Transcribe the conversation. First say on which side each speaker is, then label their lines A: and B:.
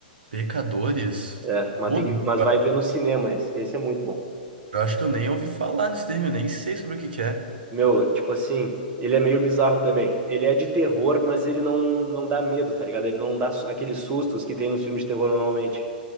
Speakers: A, on the right; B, on the right.
A: Pecadores?
B: É, mas,
A: Pô,
B: tem
A: eu
B: que... mas vai ver no cinema esse. Esse é muito bom.
A: eu acho que eu nem ouvi falar desse termo, eu nem sei sobre o que que é.
B: Meu, tipo assim, ele é meio bizarro também. Ele é de terror, mas ele não, não dá medo, tá ligado? Ele não dá su- aqueles sustos que tem nos filmes de terror normalmente.